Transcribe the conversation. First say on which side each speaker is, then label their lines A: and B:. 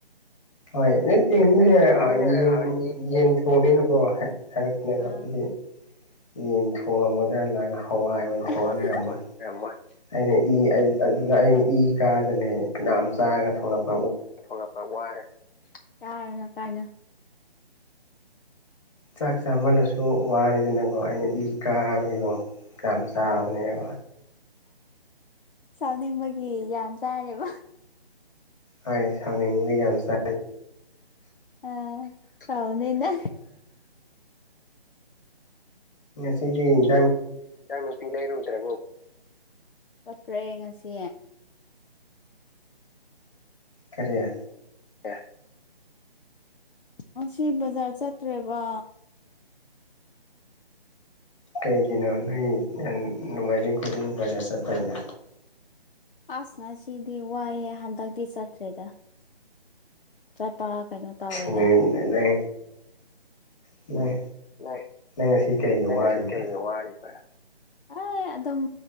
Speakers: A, on the left; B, on the left.
A: ꯍꯣꯏ ꯅꯠꯇꯦꯅꯤꯅꯦ
B: ꯅꯠꯇꯦ ꯃꯤꯅ
A: ꯌꯦꯟ
B: ꯌꯦꯡ
A: ꯌꯦꯟ ꯊꯣꯡꯅꯤꯅꯀꯣ ꯍꯥꯏ ꯍꯥꯏꯔꯛꯅꯕ
B: ꯑꯥ
A: ꯑꯩꯗꯤ ꯌꯦꯟ ꯊꯣꯡꯉꯒ ꯈꯜꯂꯒ ꯍꯋꯥꯏ ꯑꯣꯏꯅꯊꯣꯛꯑꯅꯔꯝꯃꯣꯏ
B: ꯍꯋꯥꯏ ꯑꯣꯏꯔꯝꯃꯣꯏ
A: ꯑꯩꯅ ꯏ ꯑꯗꯨꯗ ꯑꯩꯅ ꯏ ꯀꯥꯗꯅ ꯌꯥꯝꯝ ꯆꯥꯔꯒ ꯊꯂꯛꯄ
B: ꯂꯛꯄ ꯋꯥꯔꯦ ꯌꯥꯅꯣ ꯀꯥꯏꯅꯣ
A: ꯆꯥꯛ ꯆꯥꯃꯜꯂꯁꯨ ꯋꯥꯔꯦꯗꯅꯀꯣ ꯑꯩꯅ ꯏ ꯀꯥꯕꯒꯤꯀꯣ ꯌꯥꯝ ꯆꯥꯕꯅꯦꯕ
B: ꯁꯥꯎꯅꯤꯡꯕꯒꯤ ꯒ꯭ꯌꯥꯟ ꯇꯥꯔꯦꯕ
A: ꯍꯣꯏ ꯁꯥꯎꯅꯤꯡ ꯌꯥꯝ ꯆꯦ
B: ꯑ ꯁꯥꯎꯅꯤꯅ
A: ꯁꯤꯗꯤ
B: ꯅꯨꯄꯤ ꯂꯩꯔꯨꯗ꯭ꯔ ꯆꯠꯇ꯭ꯔꯦ ꯉꯁꯤ
A: ꯀꯔꯤꯌꯥ
B: ꯑꯦ ꯑꯁꯤ ꯕꯖꯥꯔ ꯆꯠꯇ꯭ꯔꯦꯕ
A: ꯀꯩꯒꯤꯅꯣꯅ ꯅꯅꯨꯡꯃꯥꯏꯖꯤꯡ ꯈꯨꯗꯤꯖ ꯆ ꯇꯅ
B: ꯑꯁ ꯉꯁꯤꯗꯤ ꯋꯥꯏꯑꯦ ꯍꯟꯗꯛꯇꯤ ꯆꯠꯇ꯭ꯔꯦꯗ ꯂꯄꯥ ꯀꯩꯅꯣ ꯇꯧꯋꯦꯗ
A: ꯅꯪ ꯅꯪ
B: ꯅꯪ
A: ꯉꯁꯤ ꯀꯩꯒꯤ
B: ꯅꯪ
A: ꯋꯥꯔꯤꯕ
B: ꯉꯁꯤ ꯀꯩꯒꯤ ꯋꯥꯔꯤꯕ꯭ꯔꯥ ꯍ ꯑꯗꯨꯝ